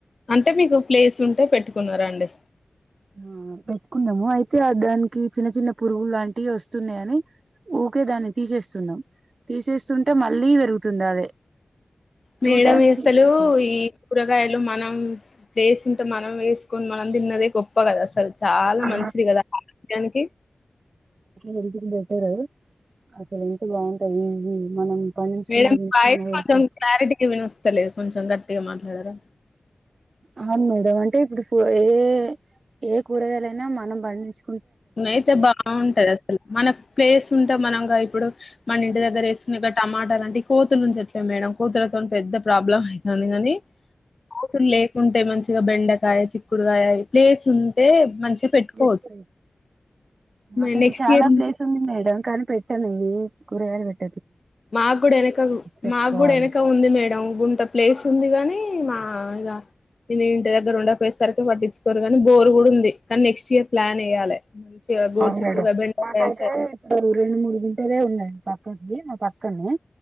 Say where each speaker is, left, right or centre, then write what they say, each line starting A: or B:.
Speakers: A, on the left; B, on the right.
A: అంటే మీకు ప్లేస్ ఉంటే పెట్టుకున్నారా అండి
B: ఆ పెట్టుకున్నము, అయితే దానికి చిన్న చిన్న పురుగులు లాంటివి వస్తున్నయి అని ఊకే దాన్ని తీసేస్తున్నాం, తీసేస్తుంటే మళ్ళీ పెరుగుతుంది అదే.
A: మేడం
B: టూ టైమ్స్
A: ఇవి అసలు
B: తీసేసినాం
A: ఈ కూరగాయలు మనం <inaudible> అంటే మనం వేసుకొని మనం తిన్నదే గొప్ప కదా అసలు. చాలా
B: ఆ
A: మంచిది కదా ఆరోగ్యానికి.
B: హెల్తుకి బెటర్. అసలు హెల్త్ బావుంటది ఇది మనం పండించుకునేది
A: మేడం
B: తింటే
A: వాయస్
B: మన హెల్త్
A: కొంచెం క్లారిటీగా వినిపిస్తలేదు. కొంచెం గట్టిగా మాట్లాడారా.
B: అవును మేడం అంటే ఇప్పుడు ఏ ఏ కూరగాయలైనా మనం పండించు
A: అయితే బావుంటది అసలు మనకు ప్లేస్ ఉంటే మనంగా ఇప్పుడు మన ఇంటి దగ్గర వేసుకునే టమాటాలు అని ది కోతులు ఉంటే ఎట్ల మేడం కోతులతోని పెద్ద ప్రాబ్లం అయి తంది గాని కోతులు లేకుంటే మంచి గా బెండకాయ, చిక్కుడుకాయ ప్లేస్ ఉంటే మంచి పెట్టుకోవచ్చు.
B: జస్ట్ మాకైతే
A: మరి నెక్స్ట్
B: చాలా
A: ఇయర్
B: ప్లేస్ ఉంది మేడం. కానీ పెట్టను ఏయి కూరగాయలు పె
A: మాకు కూడా వెనక
B: పెట్టుకోవాలి
A: మాకు కూడా వెనక ఉంది మేడం గుంట ప్లేస్ ఉంది గాని మా ఇగా ఇంటి ద దగ్గరా ఉండక పోయేసరికి పట్టించుకోరు కానీ బోర్ కూడా ఉంది. కానీ నెక్స్ట్ ఇయర్ ప్లాన్ ఎయ్యాలే. మంచిగా గోరు
B: అవును
A: చిక్కుడుకాయ
B: మేడం
A: బెండకాయ
B: మాకైతే
A: చ
B: ఇప్పుడు రెండు మూడు గుంటలే ఉన్నయి. పక్కది మా పక్కన్నే.